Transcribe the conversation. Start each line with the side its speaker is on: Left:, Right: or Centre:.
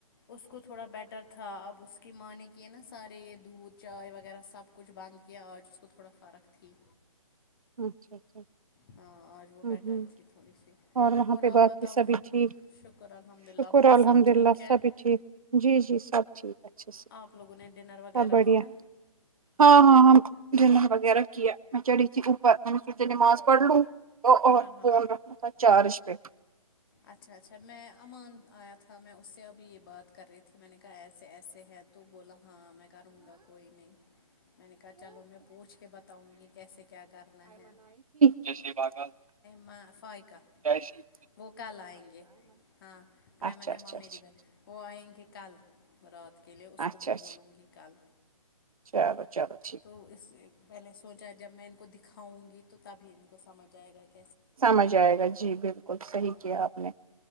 Left: اس کو تھوڑا بیٹر تھا اب اس کی ماںنی کہ ہے نا سارے یہ دودھ چائے وغیرہ سب کچھ بند کیا آج اس کو تھوڑا فرق تھی
Right: اچھا اچھا
Left: ہاں آج وہ
Right: ہ
Left: بیٹر
Right: ہوں
Left: تھی تھوڑی سی
Right: اور وہاں پہ
Left: آپ
Right: باقی
Left: بتاؤ
Right: سبھی
Left: وہاں
Right: ٹھیک
Left: شکر الحمد للہ
Right: شکر
Left: وہاں
Right: الحمد
Left: سب ٹھیک
Right: للہ
Left: ہے
Right: سبھی ٹھیک جی جی سب ٹھیک ہے اچا
Left: آپ لوگوں نے ڈنر وغیرہ
Right: سب بڑھیا
Left: کیا
Right: ہاں ہاں ہاں ڈنا وغیرہ کیا میں چڑی اس اوپر میں سور سے نماز پڑھ لوں اور
Left: ہاں ہاں
Right: فون رکھنا تھا چارج پہ
Left: اچھا اچھا میں امان آت تھا میں اس سے ابھی یہ بات کر رہی تھی میں نے کہا ایسے ایسے ہیں تو بولا ہاں میں کروں گا کوئی نہیں میں نے کہا چلو میں پوچھ کے بتاؤں گی کیسے کیا کرنا ہے
Right: جیسیے باغا
Left: م فائقہ
Right: کیاشی
Left: وہ کل آئیں گے ہاں
Right: اچھا
Left: م نے
Right: اچھا اچھا
Left: میری ب وہ آئیں گے کل رات کے لیے اس
Right: اچھا
Left: کو بھی
Right: اچھا
Left: بولوں گی کل
Right: چلو چلو <unintelligible>
Left: تو اس پہلے سوچا جب میں ان کو دکھاؤں گی تو تبھی ان کو سمجھ آئے گا کہ
Right: سمجھ آئے گا جی بالکل صحیح
Left: ہاں
Right: کیا آپ نے